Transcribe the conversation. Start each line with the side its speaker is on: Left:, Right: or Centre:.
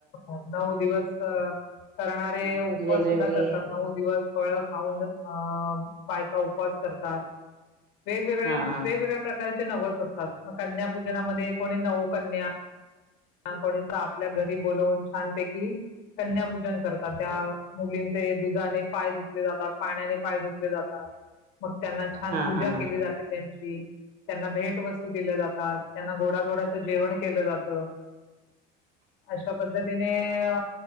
Left: नऊ दिवस करणारे उपवास
Right: वेगळे
Left: सुद्धा
Right: वेगळे
Left: करतात नऊ दिवस फळ खाऊन अ बायका उपवास करतात वेगवेगळे
Right: हा
Left: वेगवेगळ्या
Right: हा
Left: प्रकारचे नवस असतात. मग कन्यापु ईन नामध्ये कोणी नऊ कन्या अ कोणी स आपल्या घ ती बोलून छानपैकी कन्यापूजन करतात त्या मुलींचे दुधाने पाय साग ते कि कन्या पुजन करतात त्या मुलीचे दुधाने पाय सागते कि कन्यापुजन करतात त्या मुलीचे दुधाने पाय धुतले जातात पाण्याने पाय धुतले जातात मग त्यांना छान
Right: हा
Left: पूजा
Right: हा हा
Left: केली जाते त्यांची त्यांना भेट वस्तू दिल्यात्या जातात त्यांना गोडा च गोडाच जेवण केलं जात अशा पद्धतीने अ